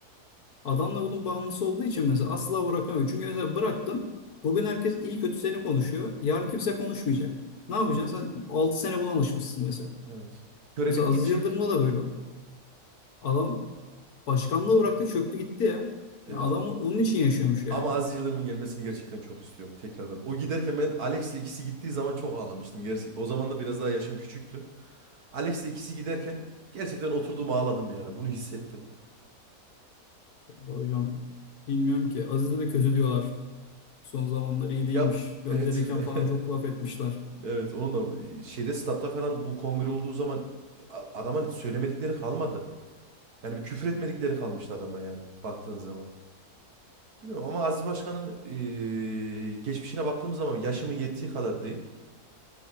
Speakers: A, on the left (about 75°); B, on the right (about 75°).
A: Adam da bunun bağımlısı olduğu için mesela asla bırakamıyor. Çünkü mesela bıraktın. Bugün herkes iyi kötü seni konuşuyor. Yarın kimse konuşmayacak. Ne yapacaksın? Sen 6 sene buna alışmışsın mesela.
B: evet. Körelip
A: Mesela Aziz
B: gidecek.
A: Yıldırım'da da böyle oldu. Adam başkanlığı bıraktı çöktü gitti ya.
B: Evet,
A: Yani adam onun için yaşıyormuş yani.
B: Ama Aziz Yıldırım'ın gelmesini gerçekten çok istiyorum tekrardan. O giderken ben Alex'le ikisi gittiği zaman çok ağlamıştım. Gerçek, o zaman da biraz daha yaşım küçüktü. Alex'le ikisi giderken gerçekten oturduğum ağladım yani. Bunu hissettim.
A: Vallahi Hocam bilmiyorum ki. Aziz'e de kötü diyorlar. Son zamanları iyi değilmiş.
B: Ya
A: Gönderirken
B: evet.
A: falan
B: <laughs>
A: çok laf etmişler.
B: Evet onun da şeyde statta falan bu kongre olduğu zaman a- adama söylemedikleri kalmadı. Yani bir küfür etmedikleri kalmıştı adama yani baktığın zaman. Bilmiyorum ama Aziz Başkan'ı eee, geçmişine baktığımız zaman yaşımın yettiği kadar diyeyim.